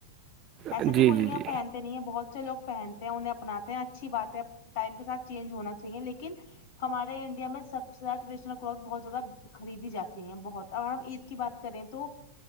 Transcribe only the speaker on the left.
ایسا
نہیں بولیں
گ
پہنتے نہیں ہیں بہت سے لوگ پہن انہیں اپناتے ہیں اچھی باتیں ٹائم کے ساتھ چینج ہونا چاہیے لیکن ہمارے انڈیا میں سب زیادہ ٹریڈیشنل کلوتھ بہت زیادہ خریدی جاتی ہیں بہت اگر ہم عید کی بات کریں تو